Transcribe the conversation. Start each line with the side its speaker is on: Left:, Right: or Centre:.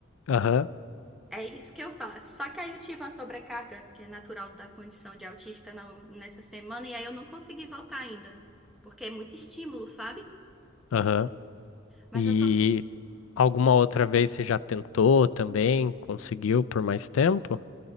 Left: Aham,
Centre: É isso que eu faço. Só que aí eu tive uma sobrecarga, que é natural da condição de autista na- nessa semana, e aí eu não consegui voltar ainda. Porque é muito estímulo, sabe?
Left: aham.
Centre: Mas
Left: E
Centre: eu tô.
Left: alguma outra vez você já tentou também? Conseguiu por mais tempo?